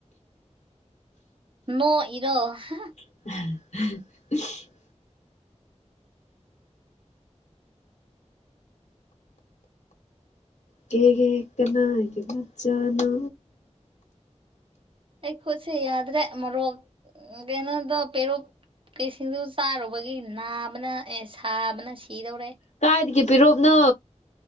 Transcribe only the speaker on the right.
ꯅꯣꯛꯏꯔꯣ ꯍꯥꯍꯥ
ꯑꯩ ꯈꯨꯠꯁꯦ ꯌꯥꯗ꯭ꯔꯦ ꯃꯣꯔꯣꯛ ꯀꯩꯅꯣꯗꯣ ꯄꯦꯔꯨꯛ ꯀꯤꯁꯤꯡꯖꯨ ꯆꯥꯔꯨꯕꯒꯤ ꯅꯥꯕꯅ ꯑꯦ ꯁꯥꯕꯅ ꯁꯤꯗꯧꯔꯦ